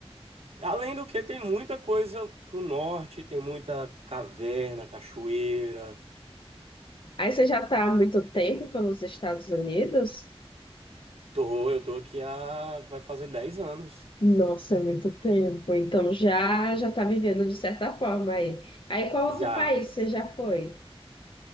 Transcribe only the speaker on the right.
Além do que, tem muita coisa pro norte, tem muita caverna, cachoeira.
Tô, eu tô aqui há, vai fazer dez anos.
Já.